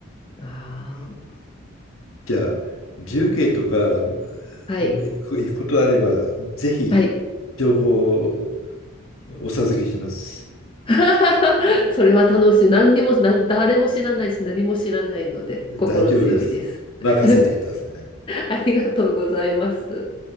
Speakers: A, on the left; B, on the left.
A: あー
B: じゃあ重慶とか
A: はい。
B: もう行く行くことあればぜひ
A: はい。
B: 情報をお授けします。
A: <laughs> それは楽しい。何にも、な、誰も知らないし、何も知らないので、心強いです。
B: 大丈夫です。任せてください。
A: <laughs> ありがとうございます。